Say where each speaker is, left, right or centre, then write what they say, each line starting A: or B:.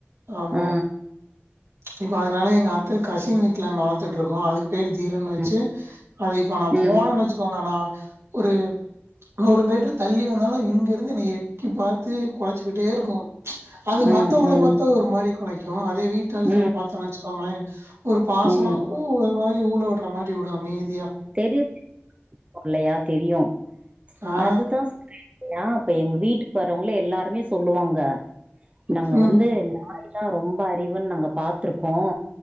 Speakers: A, on the right; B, on the right.
A: ஆமா
B: ஆ
A: இப்ப அதுனால எங்க அத்த கசின் வீட்ல அங்க வளத்துட்டுருக்கோ அதுக்கு பேர் தீரன்னு வெச்சு
B: ம்
A: அது இப்ப நா
B: ம்
A: போனன்னு வெச்சுக்கோங்க நா ஒரு நூறு மீட்டர் தள்ளி வந்தாலு இங்க இருந்து என்னை எக்கி பார்த்து கொலைச்சுக்கிட்டே இருக்கு ச் அது
B: ம்
A: மத்தவங்கள
B: ம்
A: பாத்தா ஒரு மாரி கொலைக்கு அதே வீட்டு ஆள்கள
B: ம்
A: பாத்தோணு வெச்சுக்கோங்களே ஒரு பாசமா
B: ம்
A: ஊ ஒரு மாரி ஊல வுடுற மாரி வுடு அமைதி
B: <unintelligible>
A: ஆ
B: யா இப்ப எங்க வீட்டுக்கு வர்ரவங்களே எல்லாருமே சொல்லுவாங்க நாங்க
A: ம்
B: வந்து நாய் ட்டா ரொம்ப அறிவுன்னு நாங்க பாத்துருக்கோ